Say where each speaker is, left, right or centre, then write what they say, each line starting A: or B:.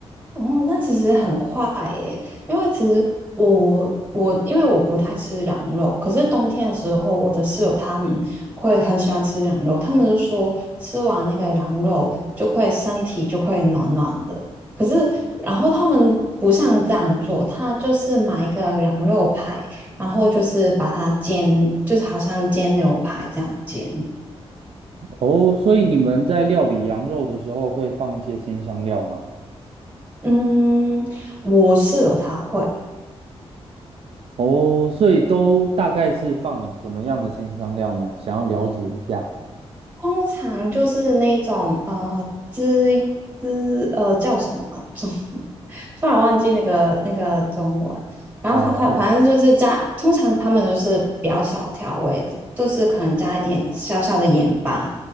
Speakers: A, on the right; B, on the right.
A: 哦，那其实很快耶，因为其实我我因为我不太吃羊肉，可是冬天的时候，我的室友他们会很喜欢吃羊肉，他们就说吃完那个羊肉就会身体就会暖暖的。可是然后他们不像这样做，他就是买一个羊肉排，然后就是把它煎，就是好像煎牛排这样煎。
B: 哦，所以你们在料理羊肉的时候会放一些新香料吗？
A: 嗯，我室友他会。
B: 哦，所以都大概是放什么样的新香料呢？想要了解一下。
A: 通常就是那种呃滋滋呃叫什么啊中，<laughs> 突然忘记那个那个中文。然后反反反正就是加，
B: 哦，
A: 通常他们都是比较小调味的，就是可能加一点小小的盐巴。